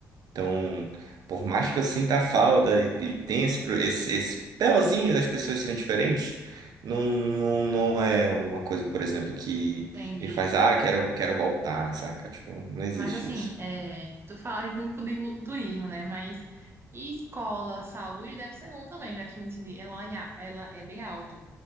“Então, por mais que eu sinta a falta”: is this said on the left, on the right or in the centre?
Right